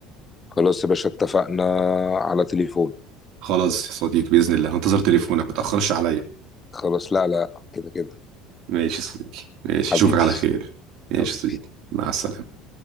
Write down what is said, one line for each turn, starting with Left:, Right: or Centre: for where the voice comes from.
Left: خلاص يا باشا اتفقنا على تليفون
Right: خلاص يا صديقي بإذن الله هنتظر تليفونك متأخرش عليا
Left: خلاص لا لا كده كده
Right: ماشي يا صديقي ماشي
Left: حبيبي
Right: اشوفك على خير ماشي
Left: حبيبي
Right: يا صديقي مع السلامة